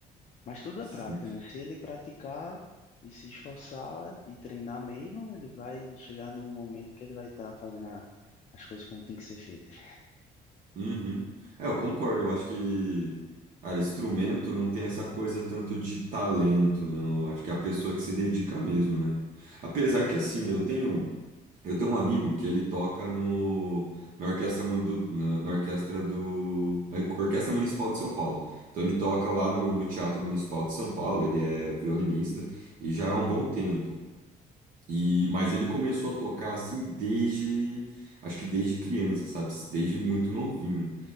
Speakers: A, on the left; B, on the right.
A: Mas tudo
B: Sim.
A: é prática, né? Se ele praticar e se esforçar e treinar mesmo, ele vai chegar num momento que ele vai estar fazendo a- as coisas como tem que ser feitas.
B: Uhum. É, eu concordo. Eu acho que, cara, instrumento não tem essa coisa tanto de talento, não. Eu acho que é a pessoa que se dedica mesmo, né? Apesar que, assim, eu tenho, eu tenho um amigo que ele toca no, na orquestra, mu- do, na, na orquestra do, é, Orquestra Municipal de São Paulo. Então, ele toca lá no, no Teatro Municipal de São Paulo. Ele é violinista e já há um bom tempo. E, mas ele começou a tocar assim desde, acho que desde criança, sabe? Desde muito novinho.